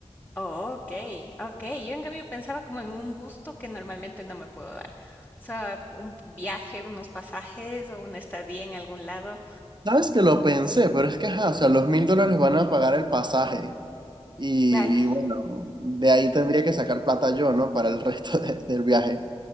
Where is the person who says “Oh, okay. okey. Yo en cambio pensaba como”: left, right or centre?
Left